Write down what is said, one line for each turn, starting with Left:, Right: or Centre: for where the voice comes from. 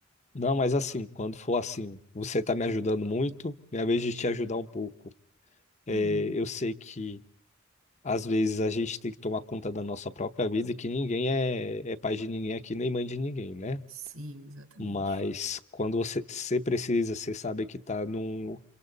Left: Não, mas assim, quando for assim, você tá me ajudando muito, minha vez de te ajudar um pouco. É,
Right: Uhum.
Left: eu sei que às vezes a gente tem que tomar conta da nossa própria vida e que ninguém é, é pai de ninguém aqui, nem mãe de ninguém, né?
Right: Sim, exatamente.
Left: Mas quando você, você precisa, você sabe que tá num,